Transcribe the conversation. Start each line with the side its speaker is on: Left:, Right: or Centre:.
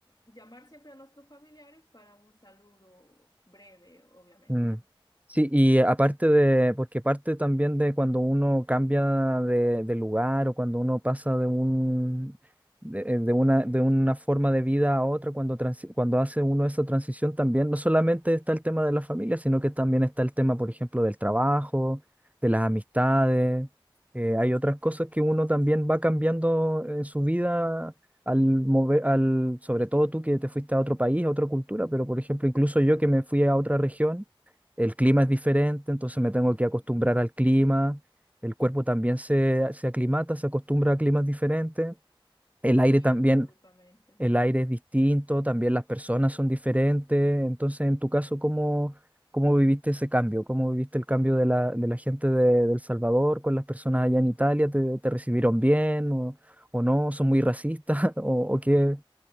Left: Llamar siempre a nuestros familiares para un saludo breve, obviamente.
Right: Mm. Sí, y aparte de, porque parte también de cuando uno cambia de, de lugar o cuando uno pasa de un, de, de una, de una forma de vida a otra, cuando, transi- cuando hace uno esa transición también, no solamente está el tema de la familia, sino que también está el tema, por ejemplo, del trabajo, de las amistades. eh, hay otras cosas que uno también va cambiando en su vida al mover, al, sobre todo tú que te fuiste a otro país, a otra cultura, pero por ejemplo, incluso yo que me fui a otra región el clima es diferente, entonces me tengo
Left: Ujú.
Right: que acostumbrar al clima, el cuerpo también se, se aclimata, se acostumbra a climas diferentes, el
Left: Sí,
Right: aire también,
Left: absolutamente.
Right: el aire es distinto, también las personas son diferentes, entonces en tu caso, ¿cómo, cómo viviste ese cambio? ¿Cómo viviste el cambio de la, de la gente de, de El Salvador con las personas allá en Italia? ¿Te, te recibieron bien o, o no? ¿Son muy racistas <laughs> o, o qué?